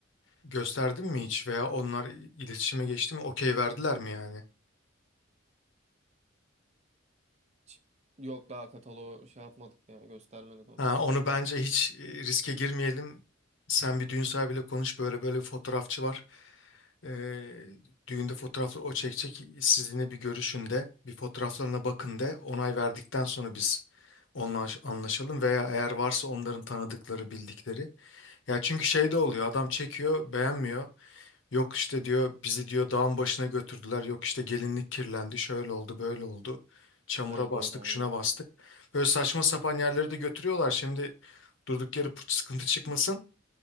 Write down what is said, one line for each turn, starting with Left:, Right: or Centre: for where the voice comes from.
Left: gösterdin mi hiç veya onlar iletişime geçti mi? Okey verdiler mi yani?
Right: Hiç- Yok daha kataloğu şey yapmadık ya göstermedik onu.
Left: Ha, onu bence hiç e, riske girmeyelim. Sen bir düğün sahibiyle konuş böyle böyle bir fotoğrafçı var. Ee, düğünde fotoğrafları o çekecek. Sizinle bir görüşün de bir fotoğraflarına bakın de onay verdikten sonra biz onunla anlaş- anlaşalım veya eğer varsa onların tanıdıkları bildikleri. Ya çünkü şey de oluyor adam çekiyor beğenmiyor. Yok işte diyor bizi diyor dağın başına götürdüler. Yok işte gelinlik kirlendi. Şöyle oldu, böyle oldu. Çamura
Right: He,
Left: bastık,
Right: doğru aynen.
Left: şuna bastık. Böyle saçma sapan yerleri de götürüyorlar. Şimdi durduk yere pırt- sıkıntı çıkmasın.